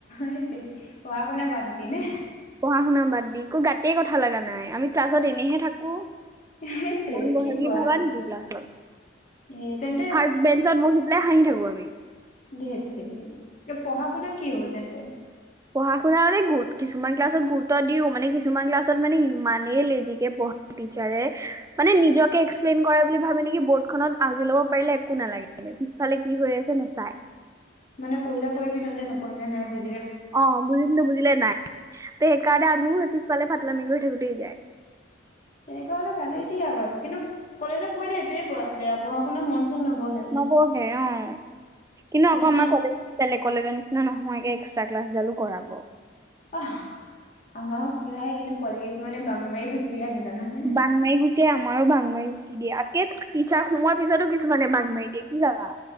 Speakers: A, on the left (about 40°); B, on the right (about 15°).
A: সেই তেৰি পঢ়া শুনা বাদ দি নে
B: পঢ়া শুনা বাদ দি একো গাত তই কথা লগা নাই আমি ক্লাছত এনেহে থাকো
A: সেই তেৰি
B: মন বহে
A: কি
B: বুলি
A: কোৱা
B: ভাবা নেকি ক্লাছত।
A: এ তেন্তে
B: ফাৰ্ষ্ট বেঞ্চত বহি পেলাই হাঁহি থাকো। <inaudible>
A: ধেৰ তে পঢ়া শুনা কি হব তেন্তে
B: পঢ়া শুনা মানে কিছুমান ক্লাছত গুৰুত্ব দিওঁ মানে কিছুমান ক্লাছত মানে ইমানেই লেজিকে পঢ়া টিচাৰে মানে নিজকে এক্সপ্লেইন কৰে বুলি ভাবে নেকি বৰ্ডখনত আজৰি লব পাৰিলে একো নালাগে মানে পিছফালে কি হৈ আছে নেচাই
A: মানে পহিলে পঢ়িবি নয় জানো নপঢ়িলে নাই বুজিছো
B: অঁ বুজিম নো বুজিলে নাই ত সেইকাৰণে আমিও সেই পিছফালে ফাতলামি গৈ থ যায়
A: তেনেকুৱা হলে ভালেই দিয়া বাৰু। কিন্তু কলেজত পৰিলে এইটোৱে প বেয়া পঢ়া শুনা মন চন নবহে
B: নবহে অঁ। কিন্তু
A: সেইটো
B: আকৌ আমাৰ
A: কাৰণে
B: কলেজ বেলেগ কলেজৰ নিচিনা নহয় একে এক্সট্ৰাক ক্লাছডালো কৰাব
A: অঁ আমাৰ খৰাই কিন্তু পোৱালি কিছুমানে বাং মাৰি গুচি আহে জানানে
B: বাংমাৰি গুচিয়ে আমাৰো বাংমাৰ গুচি দিয়ে আগে টিচাৰ সোমোৱাৰ পিছতো কিছুমানে বান্ধ মাৰি দিয়ে কি জানা